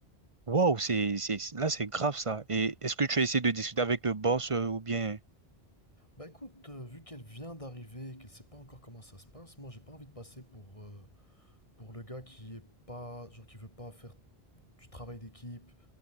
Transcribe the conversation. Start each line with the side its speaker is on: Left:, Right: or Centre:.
Right: Waouh, c'est, c'est, là, c'est grave ça. Et est-ce que tu as essayé de discuter avec le boss euh, ou bien.
Left: Bah écoute, euh, vu qu'elle vient d'arriver, qu'elle sait pas encore comment ça se passe, moi, j'ai pas envie de passer pour, euh, pour le gars qui est pas, genre, qui veut pas faire du travail d'équipe,